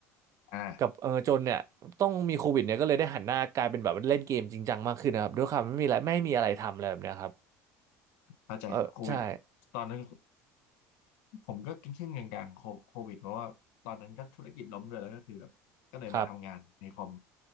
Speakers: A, on the left; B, on the right.
A: อ่า
B: กับเออจนเนี่ยต้องมีโควิดเนี่ยก็เลยได้หันหน้ากลายเป็นแบบเล่นเกมจริงจังมากขึ้นนะครับด้วยความไม่มีอะไรไม่มีอะไรทำอะไรแบบเนี้ยครับ
A: เข้าใจโควิด
B: เออใช่
A: ตอนนั้น ผมก็ครึ่งๆกลางๆโคโควิดเพราะว่าตอนนั้นก็ธุรกิจล้มด้วยแล้วก็คือแบบก็เลยมาทำงานในคอม
B: ครับ